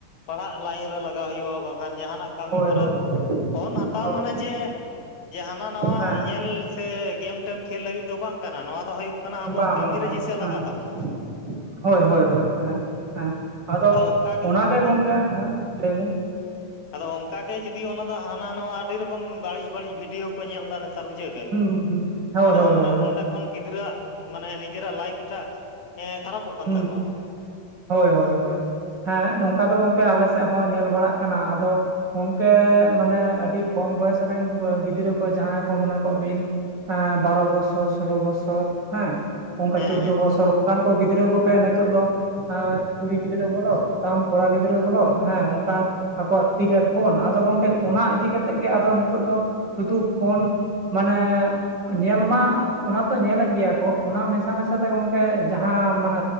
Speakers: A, on the left; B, on the right.
A: ᱯᱟᱲᱦᱟᱜ ᱞᱟᱭᱤᱱ ᱨᱮ ᱞᱟᱜᱟᱣ ᱦᱩᱭᱩᱜᱼᱟ ᱵᱟᱝᱠᱷᱟᱱ ᱡᱟᱦᱟᱸᱱᱟᱜ ᱠᱟ
B: ᱦᱳᱭ
A: ᱠᱚᱨᱮ
B: ᱦᱳᱭ
A: ᱯᱷᱳᱱ ᱦᱟᱛᱟᱣ
B: ᱦᱳᱭ
A: ᱢᱟᱱᱮ ᱡᱮ, ᱡᱮ ᱦᱟᱸᱱᱟ ᱱᱟᱣᱟ
B: ᱦᱮᱸ
A: ᱧᱮᱞ ᱥᱮ ᱜᱮᱢ-ᱴᱮᱢ ᱠᱷᱮᱞ ᱞᱟᱹᱜᱤᱫ ᱫᱚ ᱵᱟᱝ ᱠᱟᱱᱟ ᱱᱚᱣᱟ ᱫᱚ ᱦᱩᱭᱩᱜ ᱠᱟᱱᱟ ᱟᱵᱚᱣᱟᱜ
B: ᱵᱟᱸ
A: ᱠᱟᱹᱢᱤᱨᱮ
B: ᱵᱟᱸ ᱵᱟᱸ
A: ᱡᱮᱭᱥᱮ
B: ᱦᱮᱸ
A: ᱞᱟᱜᱟᱜ ᱛᱟᱵᱚᱱᱟ
B: ᱾ ᱦᱳᱭ ᱦᱳᱭ ᱦᱳᱭ ᱦᱮᱸ ᱦᱮᱸ ᱟᱫᱚ
A: ᱚᱱᱠᱟᱜᱮ
B: ᱚᱱᱟ ᱜᱮ ᱜᱚᱝᱠᱮ
A: ᱚ
B: ᱦᱮᱸ ᱞᱟᱹᱭ ᱵᱤᱱ᱾
A: ᱟᱫᱚ ᱚᱝᱠᱟ ᱜᱮ ᱡᱩᱫᱤ ᱚᱱᱟ ᱫᱚ ᱦᱟᱸᱱᱟ ᱱᱟᱶᱟ ᱟᱹᱰᱤ ᱨᱚᱠᱚᱢ ᱵᱟᱹᱲᱤᱡ ᱵᱟᱹᱲᱤᱡ ᱵᱷᱤᱰᱭᱳ ᱠᱚ ᱧᱮᱞ ᱫᱟ ᱱᱮᱛᱟᱨ ᱵᱩᱡᱷᱟᱹᱣ ᱾ ᱠᱟᱜᱮ
B: ᱦᱩᱸ ᱦᱩᱸ ᱦᱳᱭ
A: ᱟᱫᱚ
B: ᱦᱳᱭ
A: ᱚᱱᱱᱮ
B: ᱦᱳᱭ ᱦᱳᱭ.
A: ᱚᱸᱰᱮ ᱠᱷᱚᱱ ᱜᱤᱫᱽᱨᱟᱹᱣᱟᱜ ᱢᱟᱱᱮ ᱱᱤᱡᱮᱨᱟᱜ ᱞᱟᱭᱤᱵᱷ ᱴᱟᱜ ᱮᱸ ᱠᱷᱟᱨᱟᱯᱚᱜ ᱠᱟᱱ
B: ᱦᱩᱸ
A: ᱛᱟᱠᱚᱣᱟ
B: ᱦᱳᱭ ᱦᱳᱭ ᱦᱳᱭ ᱾ ᱦᱮᱸ ᱱᱚᱝᱠᱟ ᱫᱚ ᱜᱚᱝᱠᱮ ᱟᱞᱮ ᱥᱮᱫ ᱦᱚᱸ ᱧᱮᱞ ᱵᱟᱲᱟᱜ ᱠᱟᱱᱟ ᱟᱫᱚ ᱜᱚᱢᱠᱮ ᱢᱟᱱᱮ ᱟᱹᱰᱤ ᱠᱚᱢ ᱵᱚᱭᱮᱥ ᱨᱮᱱ ᱜᱤᱫᱽᱨᱟᱹ ᱠᱚ ᱡᱟᱦᱟᱸᱭ ᱠᱚ ᱢᱚᱱᱮ ᱠᱚᱜ ᱵᱤᱱ ᱮᱸ ᱵᱟᱨᱚ ᱵᱚᱥᱚᱨ ᱥᱳᱞᱳ ᱵᱚᱥᱚᱨ ᱦᱮᱸ ᱚᱱᱠᱟ
A: ᱦᱮᱸ
B: ᱪᱳᱫᱫᱳ
A: ᱦᱮᱸ
B: ᱵᱚᱥᱚᱨ ᱚᱱᱠᱟᱱ ᱠᱚ ᱜᱤᱫᱽᱨᱟᱹ ᱠᱚᱜᱮ ᱱᱤᱛᱚᱜ ᱫᱚ ᱮᱸ ᱠᱩᱲᱤ ᱜᱤᱫᱽᱨᱟᱹ ᱵᱚᱞᱚ ᱛᱟᱢ ᱠᱚᱲᱟ ᱜᱤᱫᱽᱨᱟᱹ ᱵᱚᱞᱚ ᱦᱮᱸ ᱚᱱᱠᱟ
A: ᱦᱳᱭ
B: ᱟᱠᱚᱣᱟᱜ ᱛᱤᱨᱮ ᱯᱷᱳᱱ ᱟᱫᱚ ᱜᱚᱝᱠᱮ ᱚᱱᱟ ᱤᱫᱤ ᱠᱟᱛᱮᱜ ᱜᱮ ᱟᱫᱚ ᱱᱤᱛᱚᱜ ᱫᱚ ᱥᱩᱫᱷᱩ ᱯᱷᱳᱱ ᱢᱟᱱᱮ ᱧᱮᱞ ᱢᱟ ᱚᱱᱟ ᱛᱚ ᱧᱮᱞᱮᱜ ᱜᱮᱭᱟ ᱠᱚ ᱚᱱᱟ ᱢᱮᱥᱟ ᱢᱮᱥᱟ ᱛᱮ ᱜᱚᱝᱠᱮ ᱡᱟᱦᱟᱸ ᱢᱟᱱᱮ